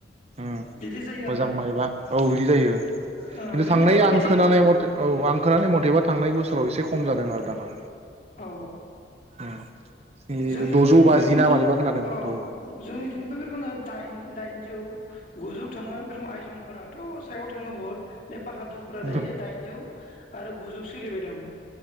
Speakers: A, on the right; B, on the left.
A: ओ
B: बिदि जायो आरोना
A: मोजां मायबा औ बिदि जायो
B: ओ
A: खिन्थु
B: जोंनियाबो
A: थांनाय आं
B: बिदि
A: खोनानाय मथे औ आं खोनानै मथेबा थांनाय बोसोराव एसे खम जादों आरो दामा
B: औ
A: उम स्नि
B: जोंनिथिं
A: द'जौ बाजि
B: बे रोखोमनो
A: ना मारैबा खोनादों
B: अ
A: औ
B: जोंनिथिंबो बे रोखोमनो दाइन दाइन जौ गुजौ थाङो बे रोखोम आयजंफोराथ सायाव थाङो बुहुत बे बाहा दुरफोरा
A: उम
B: दायो दाइनजौ आरो गुजौ सोलिबाय दं